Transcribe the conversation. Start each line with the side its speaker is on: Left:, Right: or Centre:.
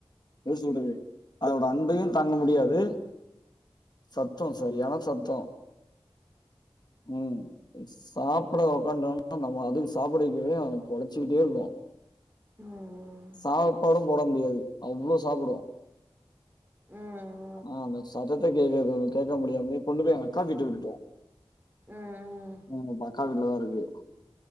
Left: எப் சொல்றது அதோட அன்பையு தாங்க முடியாது சத்த சரியான சத்த ம் சாப்பிட உக்காண்டோம்னா நம்ம அதுக்கு சாப்பிடக்கவே கொலைச்சிக்கிட்டே இருக்கு
Right: ம்
Left: சாப்பாடும் போட முடியாது அவ்வள சாப்புடு
Right: ம்
Left: ஆ அந்த சத்தத்தை கேக்க கேக்க முடியாமயே கொண்டு போய் எங்கக்கா வீட்ல விட்டுட்டோ
Right: ம் ம்
Left: ம் பக்கா வீட்டுலதா இருக்கு